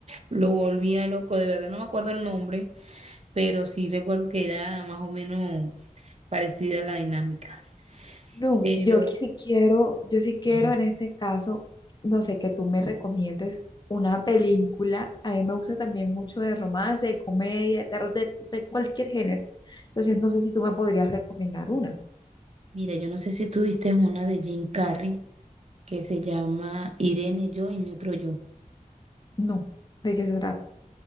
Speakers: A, on the right; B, on the left.
A: lo volvía loco, de verdad no me acuerdo el nombre, pero sí recuerdo que era más o menos parecida a la dinámica.
B: No,
A: Pero,
B: yo que sí quiero, yo sí quiero
A: ajá,
B: en este caso, no sé, que tú me recomiendes una película. A mí me gusta también mucho de romance, de comedia, de terror, de, de cualquier género. Entonces, no sé si tú me podrías recomendar una.
A: mira, yo no sé si tú viste una de Jim Carrey. que se llama Irene, yo y mi otro yo.
B: No, ¿de qué se trata?